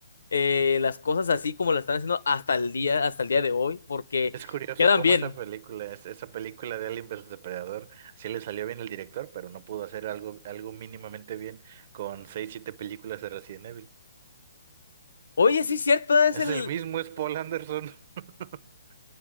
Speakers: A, on the left (about 80°); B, on the right (about 45°).
A: eh, las cosas así como las están haciendo hasta el día, hasta el día de hoy, porque
B: Es curioso
A: quedan
B: cómo
A: bien.
B: esa película, es- esa película de Alien vs Depredador, sí le salió bien el director, pero no pudo hacer algo, algo mínimamente bien con seis, siete películas de Resident Evil.
A: Oye, sí, cierto, es
B: Es
A: el
B: el mismo, es Paul Anderson. <laughs>